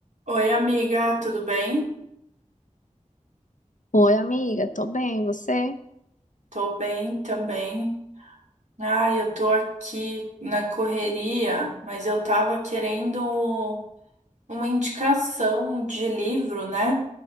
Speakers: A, on the right; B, on the left.
A: Oi, amiga, tudo bem?
B: Oi, amiga, tô bem, você?
A: Tô bem também. Ah, eu tô aqui na correria, mas eu tava querendo uma indicação de livro, né?